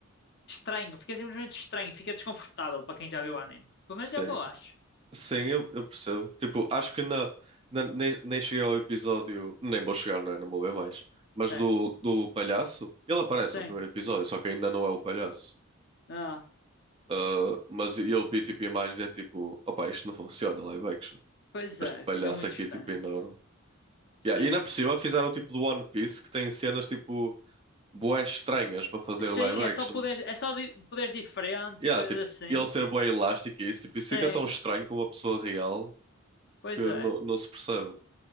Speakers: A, on the left; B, on the right.
A: Estranho, fica simplesmente estranho, fica desconfortável para quem já viu o anime. Pelo menos
B: Sim.
A: é o que eu acho.
B: Sim, eu, eu percebo. Tipo, acho que na, na- nem, nem cheguei ao episódio. Nem vou chegar, não é? Não vou ver mais. Mas
A: Certo.
B: do, do palhaço. Ele aparece
A: Sim.
B: no primeiro episódio, só que ainda não é o palhaço.
A: Ah,
B: Ah, mas eu vi tipo imagens e é tipo, opa, isto não funciona, live action.
A: pois
B: Este
A: é,
B: palhaço
A: fica muito
B: aqui
A: estranho.
B: é tipo enorme.
A: Sim.
B: Yeah, e ainda por cima fizeram tipo do One Piece que tem cenas tipo bué estranhas para fazer
A: Sim,
B: live action.
A: é só poderes, é só di- poderes diferentes
B: Yeah,
A: e coisas
B: tipo,
A: assim.
B: ele ser bué elástico e isso, tipo, isso fica
A: Sim,
B: tão estranho com uma pessoa real
A: pois
B: que
A: é.
B: não, não se percebe.